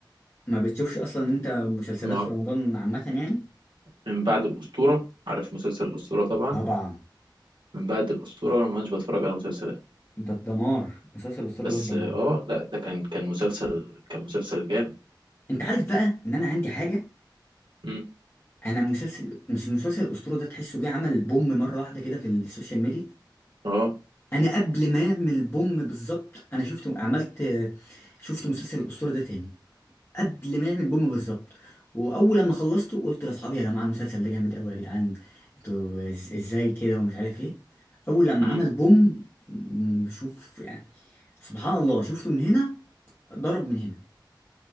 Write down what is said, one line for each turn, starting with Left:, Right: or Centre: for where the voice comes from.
Left: ما بتشوفش اصلا انت مسلسلات
Right: ما
Left: في رمضان عامة يعني
Right: من بعد الاسطوره عارف مسلسل الاسطوره طبعا
Left: طبعا
Right: من بعد الاسطوره وانا ما كنتش بتفرج على مسلسلات
Left: ده الدمار مسلسل الأسطورة
Right: بس
Left: ده الدمار
Right: اه لا ده كان كان مسلسل كان مسلسل جامد
Left: انت عارف بقى ان انا عندي حاجة
Right: مم.
Left: انا مسلسل مش مسلسل الأسطورة ده تحسه جه عمل بوم مرة واحدة كده في السوشيال ميديا
Right: اه
Left: انا قبل ما يعمل بوم بالظبط انا شفت عملت شفت مسلسل الأسطورة ده تاني قبل ما يعمل بوم بالظبط واول لما خلصته قلت لاصحابي يا جماعه المسلسل ده جامد قوي يا جدعان انتوا إز- ازاي كده ومش عارف ايه اول لما
Right: امم
Left: عمل بوم م- شوف يعني سبحان الله شفته من هنا ضرب من هنا